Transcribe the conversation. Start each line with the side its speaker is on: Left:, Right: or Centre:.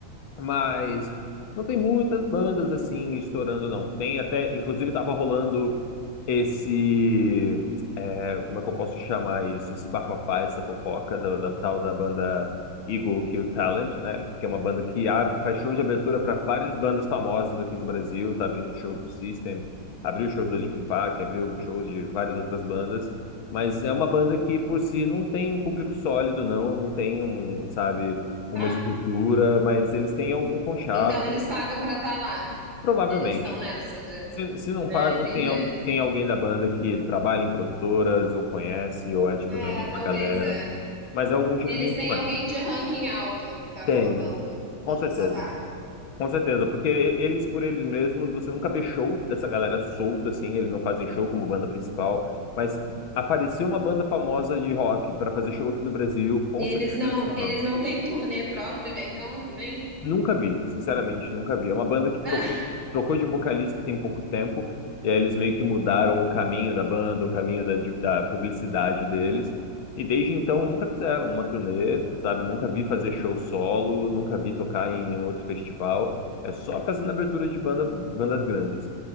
Left: Mas não tem muitas bandas assim estourando, não. Tem até, inclusive, tava rolando esse é, como é que eu posso chamar isso? Esse bafafá, essa fofoca do- da tal da banda Eagle Kill Talent, né? Que é uma banda que abre, faz show de abertura para várias bandas famosas aqui no Brasil, tá abrindo shows do System, abriu shows do Linkin Park, abriu shows de várias outras bandas. Mas é uma banda que, por si, não tem um público sólido, não, não tem um, sabe, uma
Right: Ah.
Left: estrutura, mas eles têm algum conchavo,
Right: Então, eles pagam pra estar lá.
Left: provavelmente.
Right: Eles estão nessa de.
Left: Se, se não
Right: É,
Left: pagam,
Right: entendi.
Left: tem alguém, tem alguém da banda que trabalha em produtoras, ou conhece, ou é tipo
Right: É,
Left: da mesma
Right: talvez,
Left: galera.
Right: é.
Left: Mas é algum tipo
Right: Eles
Left: de influência.
Right: têm alguém de ranking alto que tá
Left: Tem,
Right: colocando,
Left: com
Right: dando
Left: certeza.
Right: a sua vaga.
Left: Com certeza, porque e- eles por eles mesmos, você nunca vê show dessa galera solto assim, eles não fazem show como banda principal, mas apareceu uma banda famosa de rock para fazer show aqui no Brasil, com
Right: E eles
Left: certeza
Right: não,
Left: eles estão.
Right: eles não têm turnê própria, então, também?
Left: Nunca vi, sinceramente, nunca vi. É uma banda que
Right: <laughs>
Left: trocou, trocou de vocalista tem pouco tempo, e aí eles meio que mudaram o caminho da banda, o caminho da, de- da publicidade deles, e desde então nunca fizeram uma turnê, sabe? Nunca vi fazer show solo, nunca vi tocar em nenhum outro festival, é só fazendo abertura de banda, bandas grandes.